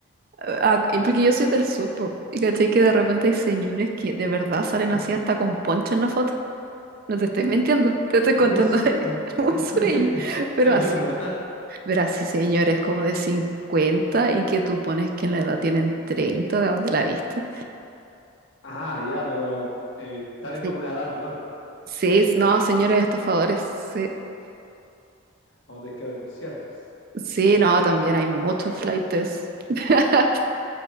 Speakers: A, on the right; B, on the left.
A: Ah, ah, y porque yo soy del sur, po, y caché que de repente hay señores que de verdad salen
B: <laughs>
A: así hasta con poncho en la foto. No te estoy mintiendo, te estoy contando,
B: Muy sureño,
A: <laughs> es muy
B: muy
A: sureño,
B: sureño. <laughs>
A: pero
B: Es
A: así.
B: verdad.
A: Verás, sí, señores, como de 50 y que tú pones que en la edad tienen 30, ¿de dónde la viste?
B: Ah, ya, pero eh, salen
A: Sí,
B: con una edad menor.
A: sí, s- no, señores estafadores, sí,
B: Vamos a tener que denunciarlas.
A: sí, no, también hay muchos flaites. <laughs>